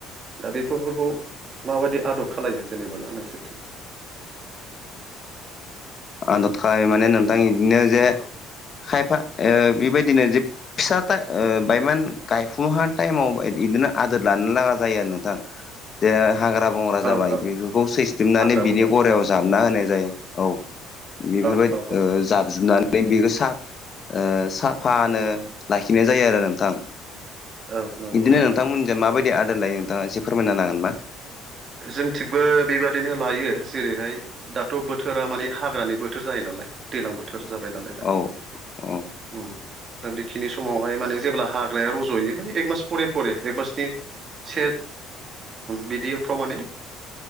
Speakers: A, on the right; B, on the left.
A: दा बेफोरखौ माबायदि आदर खालामलायो जेनेबोला नोंसोरथिं
B: आदद खालाम माने नोंथां बिदिनो जे खायफा बेबायदिनो ज फिसा बायमान गायफुं टाइमाव बिदिनो आदोर लानो लागा जायो आरो नोंथां जे हाग्रा बंग्रा जाबाय
A: ओं ओं
B: बेफोरखौ सैस्लिबनानै
A: हाग्राफोरखौ
B: बिनि गरायाव
A: औ
B: जाबना होनाय जायो औ बेफोरबायदि
A: औ औ औ
B: जाबजुबनानै
A: नंगौ
B: बेखौ सा साफानो
A: उम
B: लाखिनाय जायो आरो नोंथां
A: औ नंगौ
B: बिदिनो
A: नंगौ
B: नोंथांमोनजों
A: नंगौ
B: माबायदि आदार लायो नोंथाङा ए फोरमायना होनो हागोनबा
A: जोंनिथिंबो बेबादिनो लायो जेरैहाय दाथ बोथोरा मानिे हाग्रानि बोथोर जायो नालाय दैज्लां बोथोर जाबाय नालाय दा
B: औ औ
A: उम दा बेखिनि समावहाय माने जेब्ला हाग्राया रजयो माने एक मास फरे फरे एक मासनि से बिदिफ्राव माने